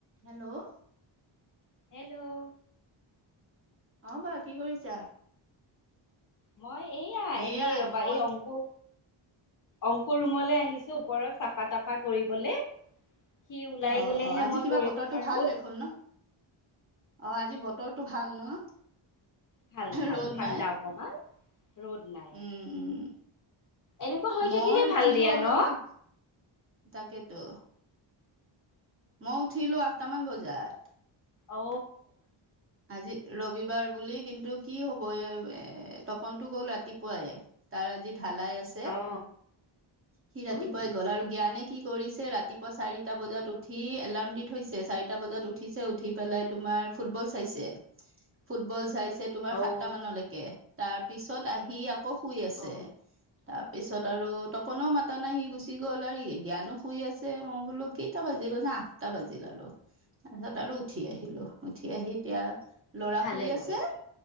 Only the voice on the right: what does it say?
hello
অ বা কি কৰিছা?
এয়াই
মই
অ
অ আজি
কিবা
বতৰটো
ভাল দেখোন ন অ আজি বতৰটো ভাল ন
ৰ'দ
নাই
উম উম
মই
উঠিলো
অলপ
আহ, তাকেতো মই উঠিলো আঠটামান বজাত
আজি ৰবিবাৰ বুলি কিন্তু কি হ'ব? এ এ তপনটো গ'ল ৰা ৰাতিপুৱাই, তাৰ আজি ঢালাই আছে।
সি ৰাতিপুৱাই
গ'ল আৰু জ্ঞানে কি কৰিছে? ৰাতিপুৱা চাৰিটা বজাত উঠি, এলাৰ্ম দি থৈছে। চাৰিটা বজাত উঠিছে উঠি পেলাই তোমাৰ ফুটবল চাইছে। ফুটবল চাইছে তোমাৰ
সাতটা মানলৈকে তাৰ পিছত আহি আকৌ শুই আছে।
তাৰ পিছত আৰু তপনেও মাতা নাই সি গুচি গ'ল আৰু জ্ঞানো শুই আছে মই বোলো কেইটা বাজিলে চা আঠটা বাজিল আৰু তাৰপিছত আৰু উঠি আহিলো। উঠি আহি এতিয়া লৰা
শুই আছে